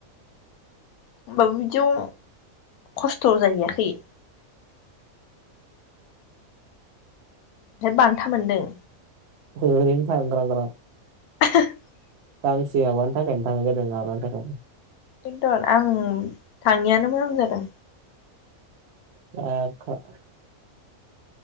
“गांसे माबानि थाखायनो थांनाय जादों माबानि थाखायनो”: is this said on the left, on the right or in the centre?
Right